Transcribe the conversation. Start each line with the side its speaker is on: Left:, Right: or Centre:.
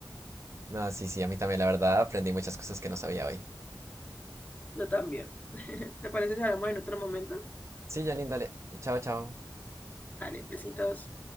Right: No, sí, sí, a mí también, la verdad, aprendí muchas cosas que no sabía hoy.
Left: Yo también. <laughs> ¿Te parece si hablamos en otro momento?
Right: Sí, Janine, dale. Chao, chao.
Left: Dale, besitos.